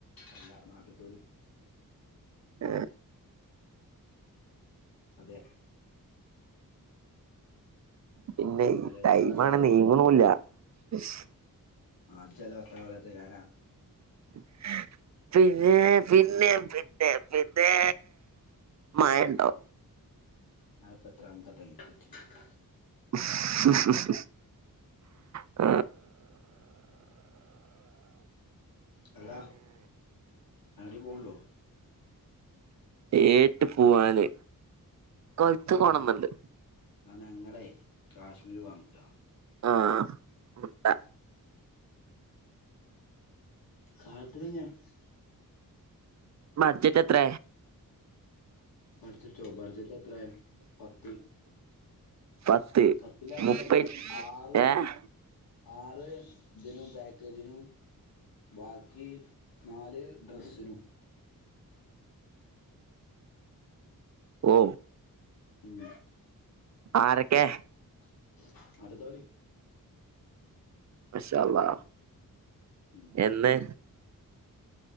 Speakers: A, on the left; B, on the right.
A: അല്ല നാട്ട്ത്തോല്
B: ഏ
A: അതെ
B: പിന്നെ
A: പെരേത്തോലൊക്കെ
B: ഈ ടൈമാണേ
A: പോവാ
B: നീങ്ണുല്ല ശ്
A: ആ ജ്ജ്അല്ലെ വർത്താനം പറ്യാതെ ഞാനാ
B: <inaudible> പിന്നെ പിന്നെ പിന്നെ പിന്നേ മയ ണ്ടോ
A: നാല്പ്പത്രാമത്ത ടൈമ്.. <unintelligible>
B: !!!
A: അല്ല ആടേം പോണ് ണ്ടോ
B: ഏട്ട് പോവാന് കൊൽത്ത്
A: ന്നാ
B: പോണന്ന്ണ്ട്
A: ഞാൻ ന്നാ ഞങ്ങളെ കാശ്മീര് പോവാൻ നിക്കാ
B: ആഹ് മുട്ട
A: ! കാട്ട് <unintelligible>
B: മർജറ്റ് എത്ര
A: ബഡ്ജറ്റോ ബഡ്ജറ്റ് എത്രയോ പത്ത്
B: പത്ത്
A: പത്തി അരു
B: മുപ്പ
A: അല്ലേ ആറ്
B: ഏഹ്
A: ആറ് ഇതിനും പാക്കേജിനും ബാക്കി നാല് ഡ്രസ്സിനും
B: ഓ
A: ഹും
B: ആരക്കെ
A: !! അടുത്തോളി
B: മാഷാ അള്ളാ
A: ഉം
B: എന്ന്